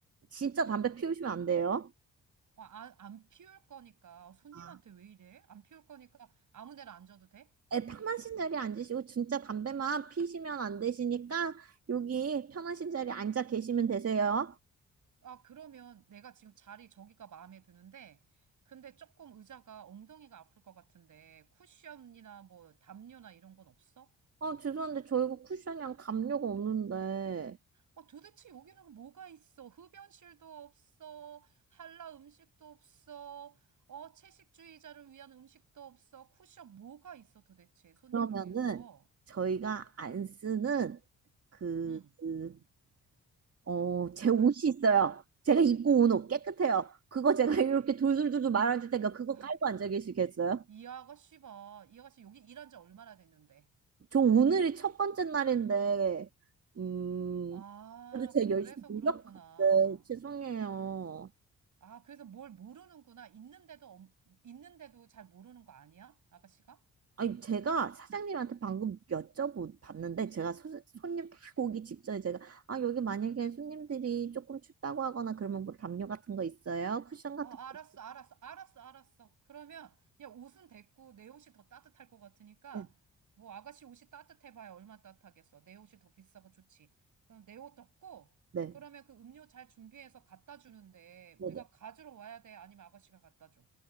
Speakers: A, on the right; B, on the right.
A: 진짜 담배 피우시면 안 돼요.
B: 어, 아, 안 피울 거니까. 손님한테
A: 아.
B: 왜 이래? 안 피울 거니까 아무 데나 안 줘도 돼?
A: 에 편하신 자리에 앉으시고 진짜 담배만 피시면 안 되시니까 여기 편하신 자리에 앉아 계시면 되세요.
B: 아, 그러면 내가 지금 자리 저기가 마음에 드는데, 근데 조금 의자가 엉덩이가 아플 것 같은데, 쿠션이나 뭐 담요나 이런 건 없어?
A: 어, 죄송한데 저 이거 쿠션이랑 담요가 없는데
B: 어, 도대체 여기는 뭐가 있어? 흡연실도 없어. 한라 음식도 없어. 어, 채식주의자를 위한 음식도 없어. 쿠션 뭐가 있어 도대체? 손님을
A: 그러면은
B: 위해서.
A: 저희가 안 쓰는 그,
B: 음.
A: 그, 어, 제 옷이
B: 안, 쓰-
A: 있어요. 제가 입고 온 옷 깨끗해요. 그거 제가 <laughs> 이렇게 돌돌돌돌 말아줄 테니까 그거
B: 아,
A: 깔고 앉아 계시겠어요?
B: 이 아가씨 봐. 이 아가씨 여기 일한 지 얼마나 됐는데.
A: 저 오늘이 첫 번째 날인데 음
B: 아,
A: 그래도 제가
B: 그래서
A: 열심히 노력
B: 그렇구나.
A: 네, 죄송해요.
B: 아, 그래서 뭘 모르는구나. 있는데도, 엄- 있는데도 잘 모르는 거 아니야? 아가씨가?
A: 아니 제가 사장님한테 방금 여쭤봤는데 제가 소, 손님 딱 오기 직전에 제가 아 여기 만약에 손님들이 조금 춥다고 하거나 그러면 뭐 담요 같은 거 있어요? 쿠션 같은
B: 아,
A: 거?
B: 알았어, 알았어, 알았어, 알았어. 그러면 야, 옷은 됐고 내 옷이 더 따뜻할 것 같으니까
A: 네,
B: 뭐 아가씨 옷이 따뜻해봐야 얼마 따뜻하겠어. 내 옷이 더 비싸고 좋지. 그럼 내 옷 덮고
A: 네,
B: 그러면 그 음료 잘 준비해서 갖다 주는데 우리가
A: 네. 네.
B: 가지러 와야 돼? 아니면 아가씨가 갖다 줘?